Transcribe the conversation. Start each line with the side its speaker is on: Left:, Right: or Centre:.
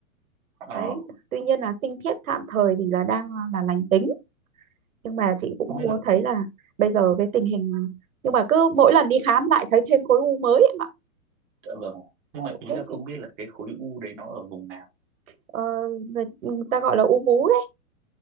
Centre: ờ
Right: đấy tuy nhiên là sinh thiết tạm thời thì là đang ờ, là lành tính nhưng mà chị cũng
Centre: không biết
Right: muốn
Centre: là
Right: thấy là bây giờ cái tình hình ờ, nhưng mà cứ mỗi lần đi khám lại thấy thêm khối u mới em ạ
Centre: dạ vâng nhưng
Right: khổ
Centre: mà ý
Right: thế
Centre: là không
Right: chứ
Centre: biết là cái khối u đấy nó ở vùng nào
Right: ờ, người, ừ, người ta gọi là u vú đấy